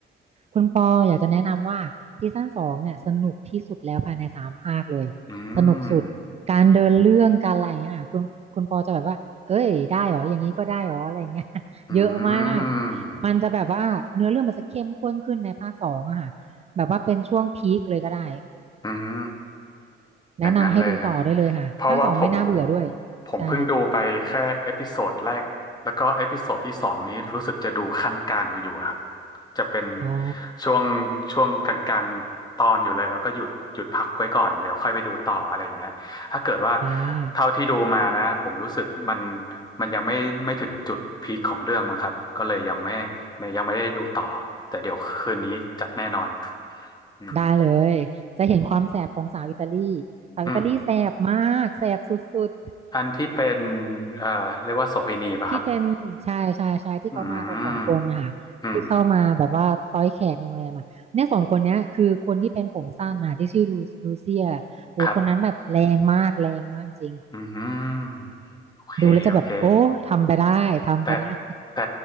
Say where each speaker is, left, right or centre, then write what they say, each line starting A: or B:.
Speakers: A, on the right; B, on the left.
A: คุณปออยากจะแนะนำว่าซีซั่นสองเนี่ยสนุกที่สุดแล้วภายในสามภาคเลย
B: อื
A: สนุกสุดการเดินเรื่องการอะไรอย่างเงี้ยค่ะคุณคุณปอจะแบบว่าเอ้ยได้เหรออย่างนี้ก็ได้เหรออะไรอย่างเงี้ย
B: ม
A: <laughs>
B: อืม
A: เยอะมากมันจะแบบว่าเนื้อเรื่องมันจะเข้มข้นขึ้นในภาคสองอะค่ะแบบว่าเป็นช่วงพีคเลยก็ได้
B: อืม อย่างนั้นเลยฮะ
A: แนะนำให้ดูต่อได้เลยค่ะภาคสองไม่น่าเบื่อด้วย
B: เพราะว่าผมผมเพิ่งดูไปแค่เอพิโซดแรกแล้วก็เอพิโซดที่สองนี้รู้สึกจะดูขั้นกลางอยู่ครับ
A: ใช่
B: จะเป็น
A: อ๋อ
B: ช่วงช่วงกลางๆตอนอยู่เลยแล้วก็หยุดหยุดพักไว้ก่อนเดี๋ยวค่อยไปดูต่ออะไรอย่างเงี้ยถ้าเกิดว่า
A: อ่า
B: เท่าที่ดูมานะผมรู้สึกมันมันยังไม่ไม่ถึงจุดพีคของเรื่องมั้งครับก็เลยยังไม่ไม่ยังไม่ได้ดูต่อแต่เดี๋ยวคืนนี้จัดแน่นอนอืม
A: ได้เลยจะเห็นความแสบของสาวอิตาลีสาวอิตาลีแสบมากแสบสุด
B: อืม อันที่เป็นเอ่อเรียกว่าโสเภณีป่ะครับ
A: ๆที่เป็นชายชายชายที่เขามากันสองคนนะคะที่เข้ามาแบบว่าต้อยแขกในโรงแรมอะเนี่ยสองคนเนี้ยคือคนที่เป็นผมสั้นนะที่ชื่อลูลูเซีย
B: อืมอืม
A: โอ้คนนั้นแบบแรงมากแรงมากจริง
B: ครับอืมโอเคโอเค
A: ดูแล้วจะแบบโอ้ทำไปได้ทำไปได้
B: แต่แต่